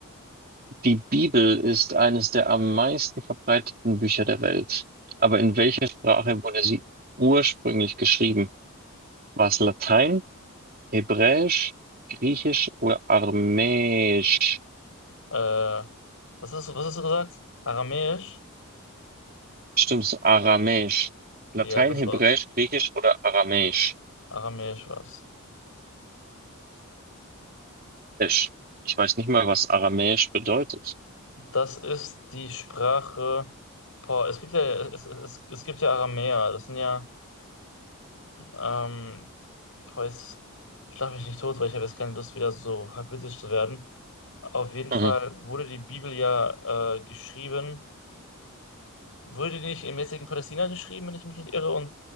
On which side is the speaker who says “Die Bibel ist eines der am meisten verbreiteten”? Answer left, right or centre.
Right